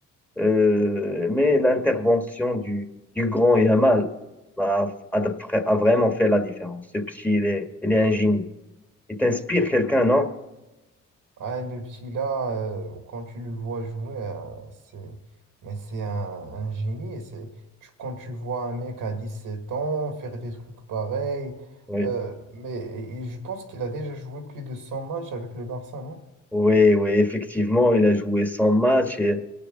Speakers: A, in the centre; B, on the right (about 80°).
A: euh, mais l'intervention du, du grand Yamal a, a, a vraiment fait la différence. Ce petit, il est, il est un génie. Il t'inspire
B: ah,
A: quelqu'un, non?
B: Ah, et le petit là, euh, quand tu le vois jouer, euh, c'est... Mais c'est un, un génie. Et c'est... tu- Quand tu vois un mec à 17 ans faire des trucs pareils,
A: Oui.
B: euh, mais et je pense qu'il a déjà joué plus de 100 matchs avec le Barça, non?
A: Oui, oui, effectivement, il a joué 100 matchs. Et,